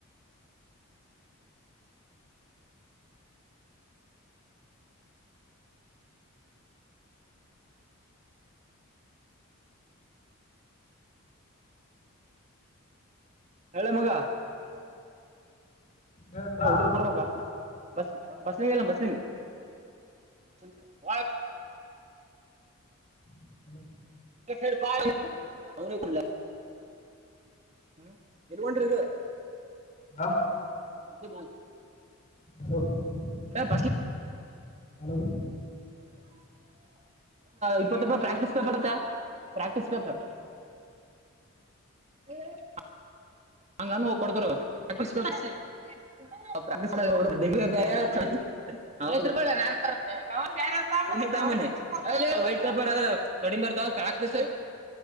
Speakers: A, on the right; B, on the left.
A: ಹೇಳಲೆ ಮಗ
B: ಹೇಳ್ಪಾ
A: ಯ ಹುಡರು ಕೊಡ್ಬೇಕಾ ಬಸ್ ಬಸ್ಲಿ ಎಲ್ಲ ಬಸ್ಲಿ <unintelligible>
B: <inaudible>
A: <unintelligible> ಹ್ಮ್ ಎಲ್ಲಿಗೆ ಹೊಂಟ್ರಿ ಈಗ
B: ಹಾ
A: <unintelligible>
B: <unintelligible>
A: <unintelligible> <unintelligible>
B: ಹಲೋ
A: ಇಪ್ಪತ್ತು ರೂಪಾಯಿ ಪ್ರಾಕ್ಟೀಸ್ ಪೇ ಬರುತ್ತೆ ಪ್ರಾಕ್ಟೀಸ್ ಪೇಪರ್ <unintelligible> ಹಂಗ್ ಅನ್ನು ಕೊಡ್ತಾರೆ <unintelligible> <unintelligible> ವೈಟ್ ಪೇಪರ್ <unintelligible> ಪ್ರಾಕ್ಟೀಸ್